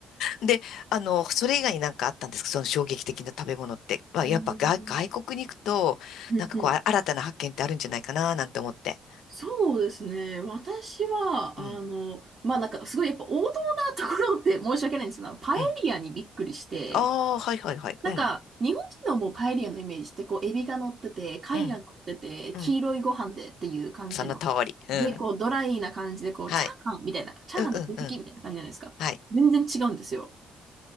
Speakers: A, on the left; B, on the right.
A: で、あの、それ以外になんかあったんですかその衝撃的な食べ物って。まあ、
B: うん。
A: やっぱ外、外国に行くと、
B: うんうん
A: なんかこう、あ新たな発見ってあるんじゃないかな、なんて思って。
B: そうですね。私は、
A: うん。
B: あの、まあなんかすごいやっぱ王道なところって申し訳ないんですけど、パエリアにびっくりして、
A: うん。ああ、はいはいはい。
B: なんか日本人のもうパエリアのイメージってこうエビが乗ってて、
A: うん。
B: 貝が乗ってて、
A: うん。うん。
B: 黄色いご飯でっていう感じの。
A: その通り。うん。
B: で、こうドライな感じでこうチャーハンみたいな、
A: はい。
B: チャーハンの親戚みたいな感じじゃないですか。
A: うんうんうん。はい。
B: 全然違うんですよ。